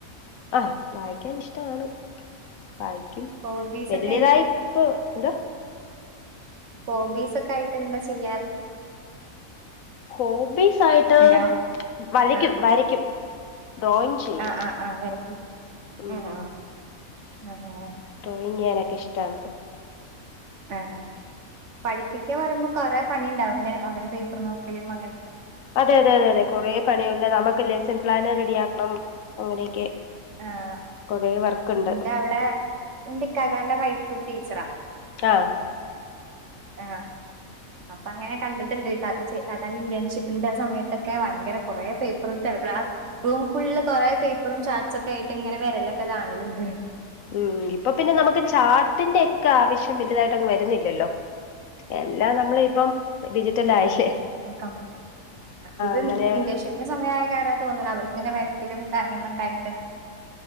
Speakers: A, on the left; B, on the right.
A: ആ വായിക്കാൻ ഇഷ്ടമാണ് വായിക്കും
B: ഹോബീസ്
A: വലിയതായിപ്പൊ
B: ഒക്കെ ആയിട്ട്
A: എന്ത-?
B: ഹോബീസ് ഒക്കെ ആയിട്ട് എന്താ ചെയ്യാറ്
A: ഹോബീസായിട്ട്
B: ഹലോ
A: വരയ്ക്കും
B: ആഹ്
A: വരയ്ക്കും ഡ്രോയിങ് ചെയ്യും
B: ആഹ് ആഹ് ആഹ് വരക്കും
A: ഉം
B: ആഹ ആ അ ആ
A: ഡ്രോയിങ്ങ് ചെയ്യാനൊക്കെ ഇഷ്ടമാണ്
B: ആഹ പഠിപ്പിക്കാ പറയുമ്പോ കൊറേ പണി ഉണ്ടാവൂല്ലേ അവരെ പേപ്പർ നോക്കലും അങ്ങനെ
A: അതെ അതെ അതെ അതെ കൊറേ പണിയുണ്ട് നമുക്ക് ലെസൺ പ്ലാന് റെഡി ആക്കണം അങ്ങനെയൊക്കെ
B: ആഹ
A: കൊറേ വർക്കുണ്ട്
B: എന്റെ അവിടെ എന്റിക്കാക്കാന്റെ വൈഫ്‌ ടീച്ചറാ
A: ആഹ്
B: ആഹ് അപ്പൊ അങ്ങനെ കണ്ടിട്ടുണ്ട്. താത്താന്റെ ഇന്റേൺഷിപ്പിന്റെ ആ സമയത്തൊക്കെ ഭയങ്കര കുറേ പേപ്പറും ആ റൂമ് ഫുള്ള് കുറേ പേപ്പറും ചാർട്ട്സ് ഒക്കെ ആയിട്ട് ഇങ്ങനെ വരലൊക്കെ കാണലുണ്ട്
A: ഉം ഇപ്പൊ പിന്നെ നമുക്ക് ചാർട്ടിന്റെ ഒക്കെ ആവശ്യം വലുതായിട്ടങ്ങ് വര- രുന്നില്ലല്ലോ എല്ലാം നമ്മള് ഇപ്പം ഡിജി- റ്റലായില്ലെ
B: ക്കം ഇത്
A: അങ്ങനെ
B: ഇന്റേൺഷിപ്പിന്റെ സമയമായ കാരണം തോന്നണ് അവർക്കിങ്ങനെ വരക്കലും കാര്യങ്ങളൊക്കെ ആയിട്ട്